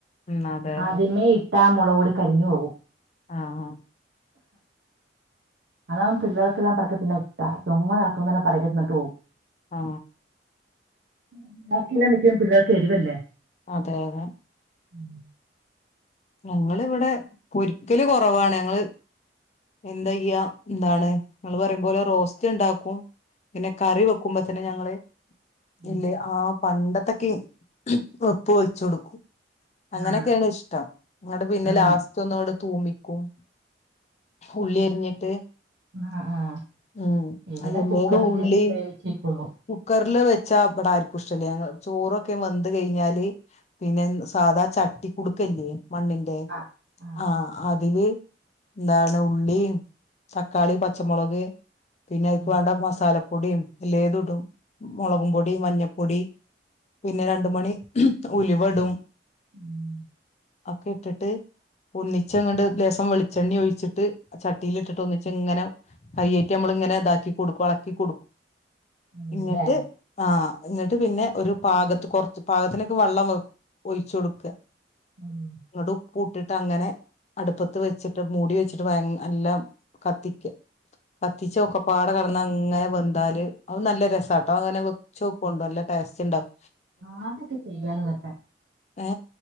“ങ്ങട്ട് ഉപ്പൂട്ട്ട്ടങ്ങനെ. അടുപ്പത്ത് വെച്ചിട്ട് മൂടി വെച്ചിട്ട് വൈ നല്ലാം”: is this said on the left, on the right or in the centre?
Left